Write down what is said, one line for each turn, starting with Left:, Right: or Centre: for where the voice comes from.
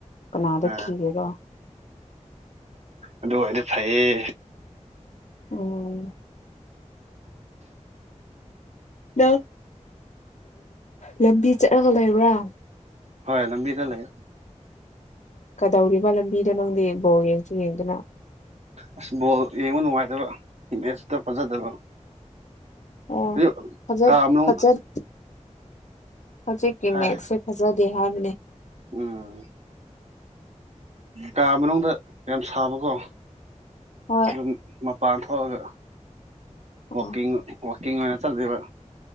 Left: ꯀꯅꯥꯗ
Right: ꯑ
Left: ꯀꯤꯒꯦꯔꯣ
Right: ꯑꯗꯨ ꯑꯣꯏꯔꯗꯤ ꯐꯩꯌꯦ
Left: ꯑꯣꯝ ꯅꯪ ꯂꯝꯕꯤ ꯆꯠꯂꯒ ꯂꯩꯕ꯭ꯔꯥ
Right: ꯍꯣꯏ ꯂꯝꯕꯤꯗ ꯂꯩ
Left: ꯀꯗꯧꯔꯤꯕ ꯂꯝꯕꯤꯗ ꯅꯪꯗꯤ ꯕꯧ ꯌꯦꯡꯁꯨ ꯌꯦꯡꯗꯨꯅ
Right: ꯑꯁ ꯕꯣꯜ ꯌꯦꯡꯕ ꯅꯨꯡꯉꯥꯏꯇꯕ ꯃꯦꯠꯁꯇ ꯐꯖꯗꯕ
Left: ꯑꯣ
Right: ꯑꯗꯨ
Left: ꯐꯖꯠ
Right: ꯀꯥ ꯃꯅꯨꯡ
Left: ꯐꯖꯠ ꯍꯧꯖꯤꯛꯀꯤ
Right: ꯍꯥꯏ
Left: ꯃꯦꯠꯁꯦ ꯐꯖꯗꯦ ꯍꯥꯏꯕꯅꯦ
Right: ꯎꯝ ꯀꯥ ꯃꯅꯨꯡꯗ ꯌꯥꯝ ꯁꯥꯕꯀꯣ
Left: ꯍꯣꯏ
Right: ꯑꯗꯨꯝ ꯃꯄꯥꯟ ꯊꯣꯛꯑꯒ
Left: ꯑꯣ
Right: ꯋꯀꯤꯡ ꯋꯥꯛꯀꯤꯡ ꯑꯣꯏꯅ ꯆꯠꯂꯤꯕ